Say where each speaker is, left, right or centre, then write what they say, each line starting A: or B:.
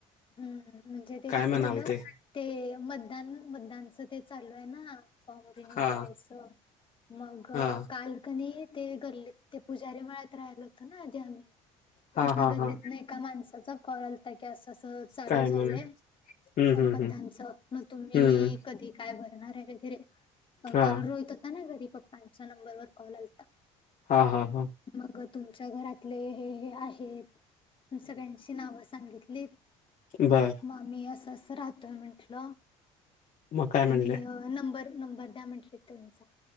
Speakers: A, on the left; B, on the left.
A: हम्म, म्हणजे ते
B: काय
A: कसं
B: म्हणाल
A: झालं
B: ते
A: ते मतदान मतदानचा ते चालू आहे ना फॉर्म रिन्यू
B: हा
A: करायचं मग
B: हा
A: काल कनी ते गल्लीत ते पुजारी मळ्यात राहिलं होतं ना आधी आम्ही
B: हा
A: तिथनं
B: हा
A: गल्लीत
B: हा
A: ने एका माणसाचा कॉल आलता कि असं तर चालू
B: काय
A: झालंय
B: म्हण हम्म
A: मतदानचा
B: हम्म हम्म
A: मग तुम्ही
B: हम्म
A: कधी काय भरणार आहे वेगरे
B: हा
A: काल रोहित होता ना घरी पप्पांच्या नंबरवर कॉल आलता.
B: हा हा हा.
A: मग तुमच्या घरातले हे हे आहेत सगळ्यांची नाव सांगितली
B: बरं
A: म आमी असा आसा राहतोय म्हंटल
B: मग काय म्हणले
A: आणि न त्यां म्हटले त्यांचा